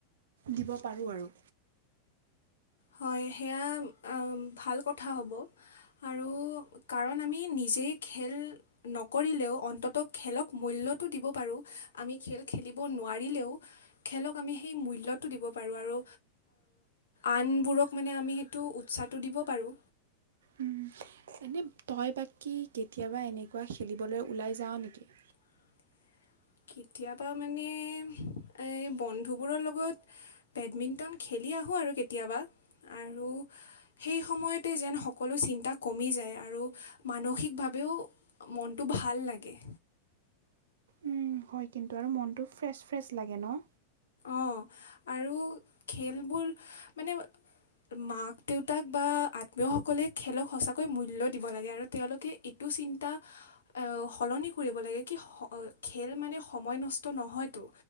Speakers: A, on the right; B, on the left.
A: দিব পাৰোঁ আৰু
B: হয় সেয়া ভাল কথা হ'ব আৰু কাৰণ আমি নি জে খেল নকৰিলেও অন্তত খেলক মূল্যটো দিব পাৰোঁ। আমি খেল খেলিব নোৱাৰিলেও খেলক আমি সেই মূল্য টো দিব পাৰো আৰু আন বোৰক মানে আমি সেইটো উৎসাহটো দিব পাৰোঁ।
A: উম। এনে তই বাকী কেতিয়াবা এনেকুৱা খেলিবলৈ ওলাই যাৱ নেকি?
B: <inaudible> কেতিয়াবা মানে এ বন্ধুবোৰৰ লগত বেডমিন্টন খেলি আহোঁ আৰু কেতিয়াবা আৰু সেই সময়তে যেন সকলো চিন্তা কমি যায় আৰু আৰু মানসিকভাৱেও মনটো ভাল লাগে।
A: উম, হয় কিন্তু আৰু মনটো ফ্ৰেছ ফ্ৰেছ লাগে ন।
B: অঁ আৰু খেলবোৰ মানে। মাক দেউতাক বা আত্মীয় সকলে খেলক সঁচাকৈ মূল্য দিব লাগে আৰু তেওঁলোকে এইটো চিন্তা সলনি কৰিব লাগে কি খেল মানে সময় নষ্ট নহয়তো